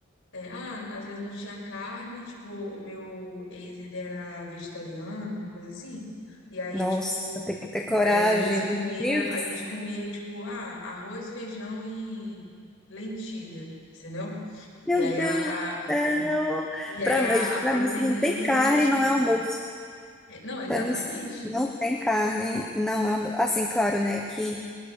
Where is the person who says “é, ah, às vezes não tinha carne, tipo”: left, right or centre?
Left